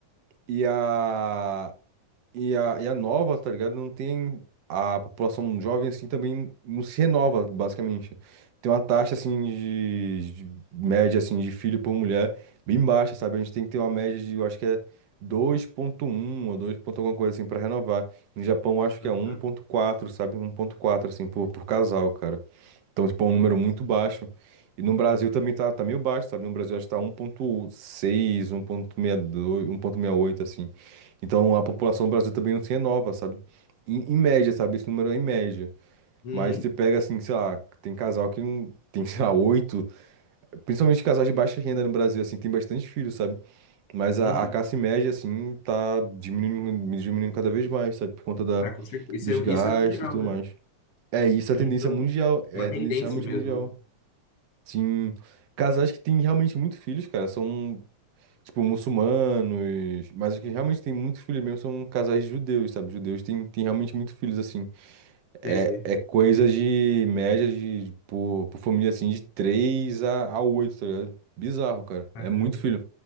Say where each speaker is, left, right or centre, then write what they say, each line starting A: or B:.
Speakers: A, on the right (about 60°); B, on the left (about 60°).
A: e a, e a, e a nova, tá ligado? Não tem. A população jovem, assim, também não se renova, basicamente. Tem uma taxa, assim, de, de média, assim, de filho por mulher bem baixa, sabe? A gente tem que ter uma média de, eu acho que é dois ponto um ou 2 ponto alguma coisa, assim, pra renovar. No Japão, eu acho
B: tá,
A: que é um
B: tá,
A: ponto quatro sabe? um ponto quatro assim, por, por casal, cara. Então, tipo, é um
B: boa.
A: número muito baixo. E no Brasil também tá, tá meio baixo, sabe? No Brasil acho que tá 1,6, 1,62, oito, assim. Então a população do Brasil também não se renova, sabe? Em, em média, sabe? Esse número é em média.
B: uhum.
A: Mas você pega, assim, sei lá, tem casal que não- <laughs> tem, sei lá, oito. Principalmente casais de baixa renda no Brasil, assim, tem bastante filhos, sabe? Mas a,
B: uhum.
A: a classe média, assim, tá diminuindo, diminuindo cada vez mais, sabe? Por conta da,
B: Ah, com certeza. Isso
A: dos
B: é,
A: gastos
B: isso é mundial,
A: e tudo
B: né?
A: mais. É, isso
B: É
A: é a
B: mundial.
A: tendência mundial. É
B: É uma
A: a
B: tendência
A: tendência realmente
B: mesmo,
A: mundial.
B: né?
A: Sim, casais que têm realmente muitos filhos, cara, são, tipo, muçulmanos, mas os que realmente têm muitos filhos mesmo são casais judeus, sabe? Judeus têm, têm realmente muitos filhos, assim. É,
B: Sei, sei.
A: é coisa de média de, por, por família, assim, de 3 a, a oito tá ligado? Bizarro, cara.
B: Caramba,
A: É muito filho.